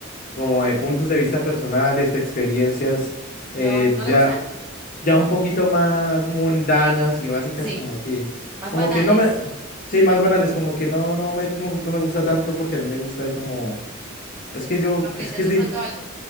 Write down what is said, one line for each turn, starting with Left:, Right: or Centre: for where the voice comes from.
Left: como de puntos de vista personales, de experiencias,
Right: ¿No,
Left: eh,
Right: no
Left: ya...
Right: le gustan?
Left: ya un poquito más mundanas y básicas,
Right: Sí,
Left: como que,
Right: más
Left: como
Right: banales.
Left: que no me, sí, más banales, como que no, no me, no me gusta tanto porque a mí me gusta, es como, es que yo,
Right: Aprender
Left: es que es
Right: de
Left: difícil,
Right: pronto algo,